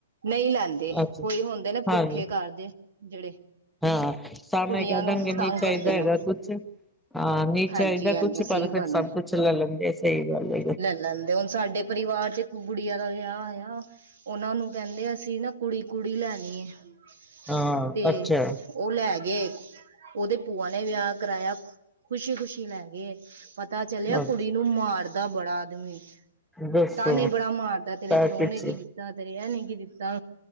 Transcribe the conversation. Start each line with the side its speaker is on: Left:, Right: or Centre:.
Right: ਨਹੀਂ ਲੈਂਦੇ
Centre: ਅੱਛਾ
Right: ਕੋਈ ਹੁੰਦੇ ਨਾ ਭੁੱਖੇ
Centre: ਹਾਂਜੀ
Right: ਘਰ ਦੇ ਜਿਹੜੇ
Centre: ਹਾਂ ਸਮਣੇ
Right: ਕੁੜੀਆਂ
Centre: ਕਿਹ ਦੇਣਗੇ
Right: ਨੂੰ
Centre: ਨਹੀਂ
Right: ਤੰਗ
Centre: ਚਾਹਿਦਾ
Right: ਕਰਦੇ
Centre: ਹੇਗਾ
Right: ਨੇ
Centre: ਕੁੱਛ ਹਾਂ ਨਹੀਂ ਚਾਹੀਦਾ
Right: ਹਾਂਜੀ
Centre: ਹੇਗਾ
Right: ਹਾਂਜੀ
Centre: ਕੁੱਛ ਪਰ
Right: ਸਹੀ
Centre: ਫੇਰ
Right: ਗੱਲ
Centre: ਸਬ
Right: ਹੈ
Centre: ਕੁੱਛ ਲੈ ਲੈਂਦੇ ਨੇ ਸਹੀ ਗੱਲ ਹੈ
Right: ਲੈ ਲੈਂਦੇ ਹੁਣ ਸਾਡੇ ਪਰਿਵਾਰ ਵਿੱਚ ਇੱਕ ਗੁੜੀਆਂ ਦਾ ਵਿਆਹ ਆਇਆ ਉਹਨਾਂ ਨੂੰ ਕਹਿੰਦੇ ਅਸੀ ਨਾ ਕੁੜੀ ਕੁੜੀ ਲੈਣੀ ਹੈ
Centre: ਹਾਂ
Right: ਤੇ
Centre: ਅੱਛਾ
Right: ਉਹ ਲੈ ਗਏ ਉਹਦੇ ਭੂਆ ਨੇ ਵਿਆਹ ਕਰਾਇਆ ਖੁਸ਼ੀ ਖੁਸ਼ੀ ਲੈਗੇ ਪਤਾ ਚੱਲਿਆ
Centre: ਅੱਛਾ
Right: ਕੁੜੀ ਨੂੰ ਮਾਰਦਾ ਬੜਾ ਆਦਮੀ
Centre: ਦੱਸੋ
Right: ਤਾਨੇ ਬੜਾ ਮਾਰਦਾ ਤੇਰੇ
Centre: ਤਾਂ
Right: ਪਿਉ
Centre: ਕੁਛ
Right: ਨੇ ਕੀ ਦਿੱਤਾ ਤੇਰੇ ਇਹ ਨੇ ਕੀ ਦਿੱਤਾ